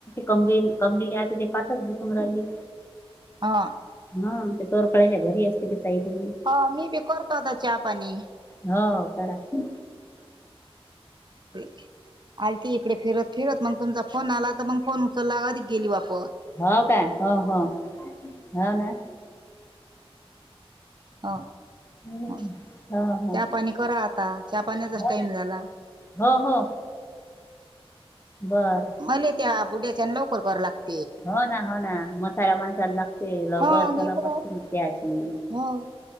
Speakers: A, on the left (about 25°); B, on the right (about 45°).
A: कब कंबली आहे ते पाचच दुखून राहिली.
B: ह
A: हा ते तोरकळा्याच्या घरी असते. ताई बाई
B: हो मी बी करतो होता चहा पाणी
A: हो कराच
B: ब. आली ती इकडे फिरत फिरत मग तुमचा फोन आला तर मग फोन उचलला कधी गेली वापर.
A: हो का हो हो हो ना
B: हा
A: हम्म.
B: चहा
A: हो हो
B: पाणी करा आता चहा पाण्याचाच
A: हो
B: टाइम झाला
A: हो हो बर
B: मले त्या बुढ्याच्या लवकर करां लागत.
A: हो ना हो ना मथऱ्या माणसाला लागते लवकर
B: हा नाही
A: चला
B: तर काय
A: बघते त्याची.
B: हो